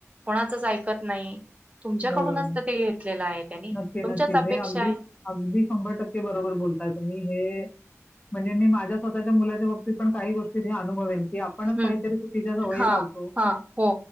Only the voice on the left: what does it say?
बरोबर
नक्की
नक्की
ते अगदीच अगदी शंभर टक्के बरोबर बोल. बोलताय तुम्ही हे म्हणजे मी माझ्या स्वतःच्या मुलाच्या बाबतीत पण काही गोष्टीत मी अनुभवन. की आपणच
काहीतरी चुकीच्या सवयी
लावतो.